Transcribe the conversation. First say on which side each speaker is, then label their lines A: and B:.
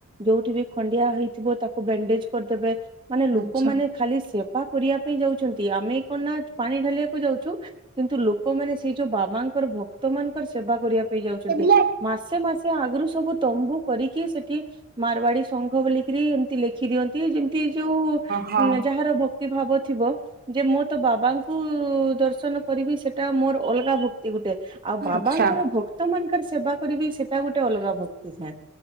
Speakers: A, on the right; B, on the right.
A: ଯୋଉଠି ବି ଖଣ୍ଡିଆ ହେଇଥିବ ତାକୁ ବ୍ୟାଣ୍ଡେଜ କରଦେବେ। ମାନେ ଲୋକମାନେ
B: ଆଚ୍ଛା।
A: ଖାଲି ସେବା କରିବା ପାଇଁ ଯାଉଛନ୍ତି। ଆମେ କଣ ନା ପାଣି ଢାଳିବାକ ଯାଉଛୁ କିନ୍ତୁ ଲୋକମାନେ ସେଇ ଯୋଉ ବାବାଙ୍କର ଭକ୍ତ ମାନଙ୍କର ସେବା କରିବା ପାଇଁ ଯାଉଛନ୍ତି।
B: ହଁ
A: ମାସେ ମାସେ ଆଗରୁ ସବୁ ତମ୍ବୁ କରିକି ସେଠି ମାରବାଡି ଶଙ୍ଘ ବୋଲିକିରି ଏମିତି ଲେ ଖି ଦିଅନ୍ତି ଯେମତି ଯୋଉ
B: ହଁ
A: ଯାହାର ଭକ୍ତି ଭାବ ଥିବ। ଯେ ମୁଁ ତ ବାବାଙ୍କୁ କୋ ଦର୍ଶନ କରିବି ସେଟା ମୋର ଅଲଗା ଭକ୍ତି ଗୋଟେ। ଆଉ ବାବାଙ୍କର
B: ଆଚ୍ଛା
A: ଭକ୍ତ ମାନଙ୍କର ସେବା କରିବି ସେଟା ଗୋଟେ ଅଲଗା ଭକ୍ ଇସାନ